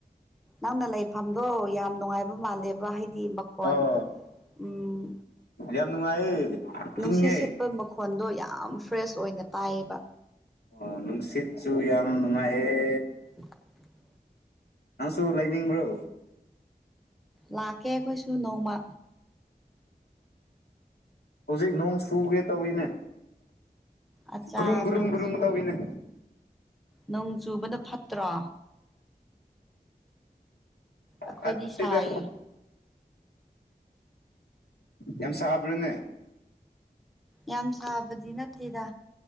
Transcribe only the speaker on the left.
ꯑꯣ
ꯌꯥꯝ ꯅꯨꯡꯉꯥꯏꯌꯦ
ꯏꯪꯉꯦ
ꯑꯣ ꯅꯨꯡꯁꯤꯠꯁꯨ ꯌꯥꯝ ꯅꯨꯡꯉꯥꯏꯌꯦ
ꯅꯪꯁꯨ ꯂꯩꯅꯤꯡꯕ꯭ꯔꯣ
ꯍꯧꯖꯤꯛ ꯅꯣꯡ ꯁꯨꯒꯦ ꯇꯧꯏꯅꯦ
ꯒ꯭ꯔꯨꯨꯝ ꯒ꯭ꯔꯨꯨꯝ
ꯒ꯭ꯔꯨꯨꯝ ꯇꯧꯋꯤꯅꯦ
ꯐꯠꯇꯦꯗ
ꯌꯥꯝ ꯁꯥꯕ꯭ꯔꯅꯦ